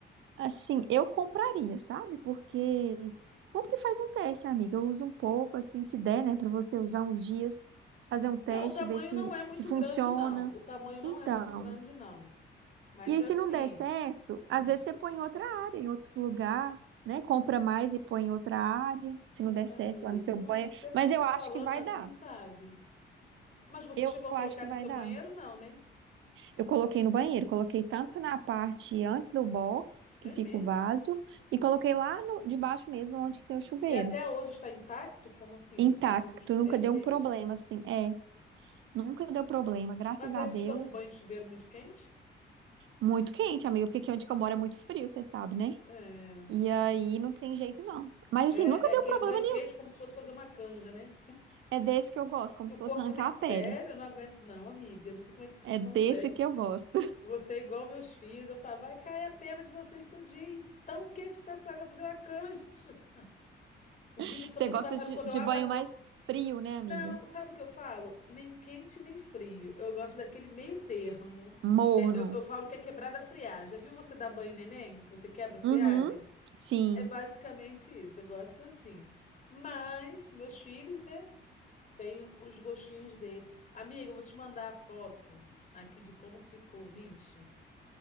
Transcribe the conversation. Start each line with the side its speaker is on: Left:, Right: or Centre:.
Right: assim, eu compraria, sabe? Porque compra e faz um teste, amiga. Usa um pouco, assim, se der, né, pra você usar uns dias, fazer um teste,
Left: É, o tamanho
Right: ver se,
Left: não é muito
Right: se funciona.
Left: grande, não. O tamanho não
Right: Então.
Left: é muito grande, não. Mas
Right: E aí,
Left: assim.
Right: se não der certo, às
Left: hum,
Right: vezes você põe em outra área, em outro lugar, né? Compra mais e põe em outra área, se
Left: É,
Right: não der certo
Left: amiga.
Right: lá no seu
Left: Nossa,
Right: banheiro.
Left: até que
Right: Mas
Left: você
Right: eu acho
Left: falando
Right: que vai
Left: assim,
Right: dar.
Left: sabe? Mas você
Right: Eu
Left: chegou a
Right: acho
Left: colocar
Right: que
Left: no
Right: vai
Left: seu
Right: dar.
Left: banheiro, não, né?
Right: Eu coloquei no banheiro, coloquei tanto na parte antes do box,
Left: É
Right: que fica
Left: mesmo?
Right: o vaso, e coloquei lá no, debaixo mesmo, onde que tem o chuveiro.
Left: E até hoje está intacto? Como assim?
Right: Intacto,
Left: Como se você. ti-
Right: nunca
Left: É
Right: deu
Left: mesmo?
Right: um problema, assim. É, nunca deu problema, graças
Left: Mas
Right: a
Left: aí
Right: Deus.
Left: vocês tomam um banho de chuveiro muito quente?
Right: Muito quente, amigo, porque aqui onde que eu moro é muito frio, você sabe, né?
Left: É.
Right: E aí não tem jeito, não. Mas
Left: É,
Right: assim, nunca
Left: é
Right: deu
Left: aquele
Right: problema
Left: banho quente como se fosse fazer uma canja, né?
Right: É desse que eu gosto, como
Left: E
Right: se
Left: o corpo.
Right: fosse arrancar
Left: ne-
Right: a
Left: Sério,
Right: pele.
Left: eu não aguento, não, amiga. Eu não sei como é que vocês
Right: É
Left: conseguem.
Right: desse que eu gosto.
Left: Você é igual meus filhos. Eu falo, vai cair a pena de vocês tudinho, de tão quente que tá essa água, fazer uma canja. <laughs> O
Right: <laughs>
Left: vidro fica
Right: Você
Left: todo
Right: gosta
Left: embaçado
Right: de,
Left: quando
Right: de
Left: eu abro
Right: banho
Left: a porta.
Right: mais frio, né, amiga?
Left: Não, sabe o que eu falo? Nem quente, nem frio. Eu gosto daquele meio termo.
Right: Morno.
Left: É, Eu, eu falo que é quebrada a friagem. Já viu você dar banho em neném? Que você quebra a friagem?
Right: Uhum, sim.
Left: É basicamente isso. Eu gosto assim. Mas, meus filhos, né? Tem os gostinhos dele. Amiga, eu vou te mandar a foto aqui de como ficou o nicho.